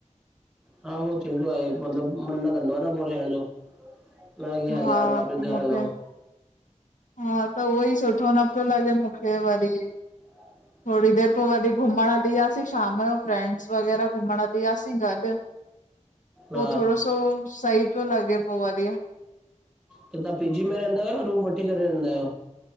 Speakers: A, in the centre; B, on the left.
A: हा उहो थींदो आहे, मतिलबु मन न कंदो आ न पो रहण जो। न हली आ
B: हा
A: यार वापस घर
B: त मूंखे
A: हलऊं।
B: हा त उहोई सुठो न पियो लॻे मुखे वरी।
A: <inaudible>
B: थोड़ी देर पो वरी घुमण हली वयासीं शाम जो फ्रैड्स वग़ैरह घुमण हली वयासीं गॾ।
A: हा
B: पो थोड़ो सो सही पियो लॻे पो वरी।
A: त तां पी जी में रहंदा आयो? या रूम वठी करे रहंदा आयो।